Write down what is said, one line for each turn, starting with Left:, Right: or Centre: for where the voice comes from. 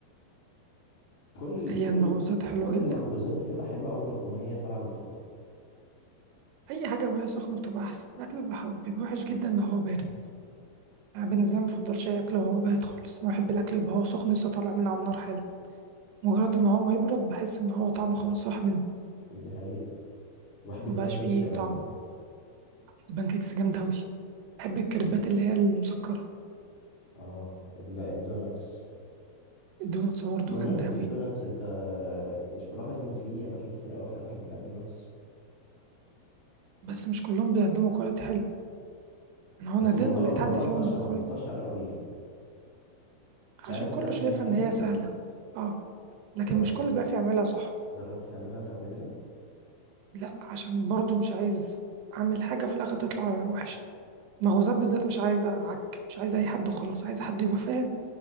Left: كل ال...
Right: هي
Left: كل
Right: المخبوزات
Left: ال...
Right: حلوة
Left: كل
Right: جدا
Left: المخبوزات بتبقى حلوه اول ما هي طالعه من الفرن
Right: أي حاجة وهي سخنة بتبقى أحسن الأكل بيبقى بيبقى وحش جدا لو هو بارد أنا بالنسبة لي مفضلش أي أكل وهو بارد خالص أنا بحب الأكل يبقى هو سخن لسه طالع من على النار حالا مجرد ان هو ما يبرد بحس ان هو طعمه خلاص راح منه
Left: دي حقيقه بحب البان
Right: مبقاش
Left: كيكس
Right: فيه
Left: قوي
Right: طعم البانكيكس جامدة أوي بحب الكريبات اللي هي المسكرة
Left: اه ال- الدوناتس
Right: الدوناتس برضه
Left: بمناسبة
Right: جامدة أوي
Left: الدوناتس انت مش ملاحظ ان في اماكن كتير قوي فتحت بتاع الدوناتس
Right: بس مش كلهم بيقدموا كواليتي حلو أنا هو
Left: بس
Right: نادرا
Left: الموضوع
Right: لقيت
Left: الموضوع
Right: حد فيهم
Left: انتشر
Right: كواليتي
Left: انتشر قوي يعني
Right: عشان
Left: مش عارف
Right: كله
Left: ده عشان
Right: شايفها
Left: هي سهلة
Right: إن هي سهلة اه لكن
Left: جربت
Right: مش كله بقى يعملها صح
Left: جربت تعملها انت قبل كده
Right: لا عشان برضه مش عايز أعمل حاجة في الآخر تطلع وحشة المخبوزات بالذات مش عايزة عك مش عايزة أي حد وخلاص عايزة حد يبقى فاهم